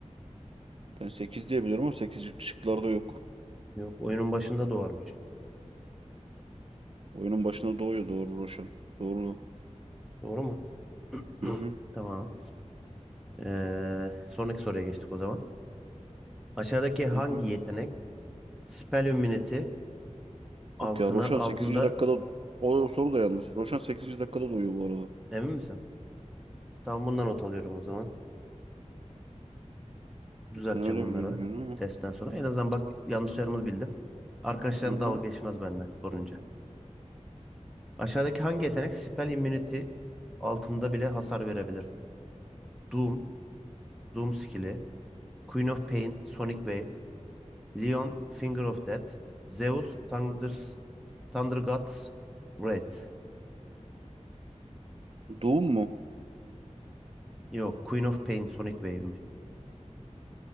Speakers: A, on the right (about 50°); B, in the centre.
A: Ben 8 diyebilirim ama 8 şıklarda yok.
B: Yok oyunun başında doğarmış.
A: Oyunun başında doğuyor doğru Roshan. Doğru. lan.
B: Doğru mu? <clears throat>
A: Hı hı.
B: Tamam. Ee, sonraki soruya geçtik o zaman. Aşağıdaki hangi
A: Hı hı.
B: yetenek Spell Immunity altına
A: Yok ya Roshan
B: altında
A: sekizinci dakikada o soru da yanlış. Roshan sekizinci dakikada doğuyor bu arada.
B: emin misin? Tamam bundan not alıyorum o zaman. Düzelteceğim
A: Ben öyle
B: bunları
A: biliyorum yani ama.
B: testten sonra. En azından bak yanlışlarımı bildim. Arkadaşlarım
A: Hı hı.
B: dalga geçmez benimle sorunca. Aşağıdaki hangi yetenek Spell Immunity altında bile hasar verebilir? Doom, Doom skill'i, Queen of Pain, Sonic Wave, Leon, Finger of Death, Zeus, Thunders, Thunder God's Wrath.
A: Doom mu?
B: Yok, Queen of Pain, Sonic Wave'miş.